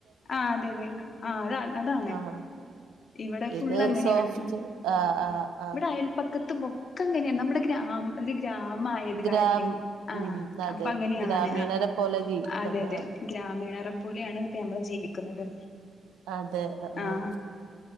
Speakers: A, on the left (about 60°); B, on the right (about 80°).
A: ആഹ് അതെ അതെ ആഹ് അതാ അതാണ്
B: ആഹ്
A: ഇവിടെ ഫുള്ളങ്ങനെയാണ്
B: ഇത് സോഫ്റ്റ്
A: ഉം
B: ആഹ്
A: ഉം
B: ആഹ് ആഹ്
A: ഇവിടെ അയൽപ്പ പക്കത്ത് ബൊക്കങ്ങനെയാണ് നമ്മുടെ ഗ്രാമ ഒരു ഗ്രാമായത്
B: ഗ്രാമി
A: കാരണെയ് ആ
B: ഉം അതെ
A: അപ്പൊ അങ്ങനെയാണ്
B: ഗ്രാമീണരെ
A: ആ
B: പോലെ ജീവിക്കുന്ന
A: അതെ അതെ
B: ആൾക്കാ
A: ഗ്രാമീണറെ പോലെയാണ് നമ്മള് ജീവിക്കുന്നത്
B: അതെ ഓഹ്
A: ആഹ